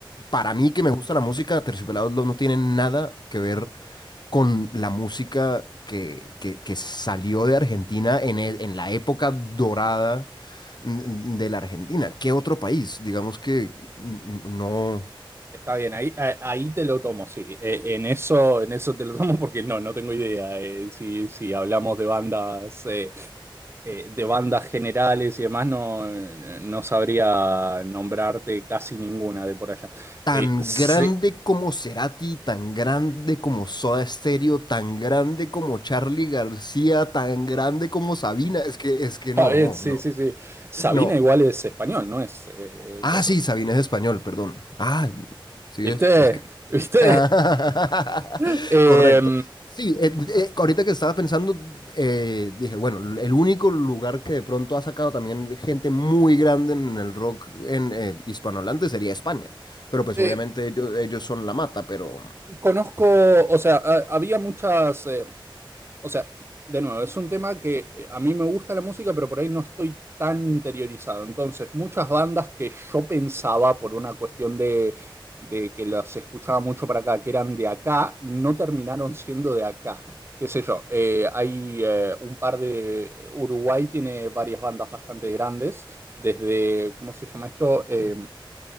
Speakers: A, on the left; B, on the right.
A: para mí, que me gusta la música, Terciopelados no no tiene nada que ver con la música que, que- que salió de Argentina en, e- en la época dorada mm, de la Argentina. ¿Qué otro país? Digamos que mm, no.
B: Está bien, ahí, a- ahí te lo tomo, sí. Eh, en eso, en eso te lo tomo porque no, no tengo idea. eh, si, si hablamos de bandas, eh, eh, de bandas generales y demás, no, no sabría nombrarte casi ninguna de por allá.
A: tan
B: Eh, sí,
A: grande como Cerati, tan grande como Soda Stereo, tan grande como Charly García, tan grande como Sabina. Es que, es que no,
B: está bien, sí,
A: no,
B: sí, sí. Sabina
A: no.
B: igual es español, no es eh,
A: Ah,
B: cosa.
A: sí, Sabina es español, perdón. Ah, sí
B: ¿Viste?
A: es. es que
B: ¿Viste?
A: <laughs>
B: <laughs> Eh,
A: Correcto. Sí, eh, eh, ahorita que estaba pensando, eh, dije, bueno, el único lugar que de pronto ha sacado también gente muy grande en el rock en eh, hispanohablante sería España. Pero pues
B: eh,
A: obviamente ellos, ellos son la mata, pero
B: conozco, o sea, ha- había muchas. eh, O sea, de nuevo, es un tema que eh, a mí me gusta la música, pero por ahí no estoy tan interiorizado. Entonces, muchas bandas que yo pensaba por una cuestión de, de que las escuchaba mucho para acá, que eran de acá, no terminaron siendo de acá. Qué sé yo, eh, hay eh, un par de... Uruguay tiene varias bandas bastante grandes, desde, ¿cómo se llama esto? Eh,